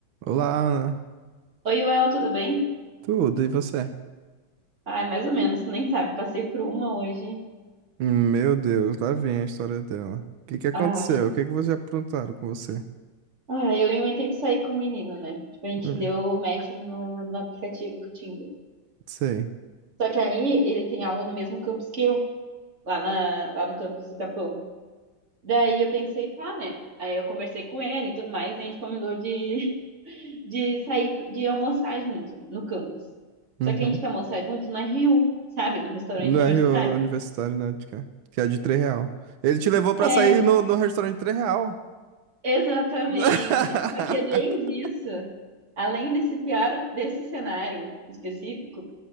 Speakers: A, on the right (about 80°); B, on the right (about 35°).
A: Olá, Ana.
B: Oi, Well, tudo bem?
A: Tudo, e você?
B: Ai, mais ou menos, tu nem sabe, passei por uma hoje.
A: Meu Deus, lá vem a história dela. O que que aconteceu?
B: Ai,
A: O que que vocês aprontaram com você?
B: ai, eu inventei de sair com o menino, né? Tipo, a gente
A: Hum,
B: deu match no, no aplicativo do Tinder.
A: sei.
B: Só que aí ele tem aula no mesmo campus que eu, lá, na, lá no campus do Capão. Daí eu pensei, tá, né? Aí eu conversei com ele e tudo mais, e a gente combinou de, <laughs> de sair, de almoçar junto no campus.
A: Uhum.
B: Só que a gente foi almoçar junto na Rio, sabe? No restaurante
A: No
B: universitário.
A: RO Universitário, né, de cá, que é de 3 real. Ele te levou pra
B: É,
A: sair no, no restaurante de 3 real.
B: Exatamente.
A: <laughs>
B: Só que além disso, além desse pior, desse cenário específico,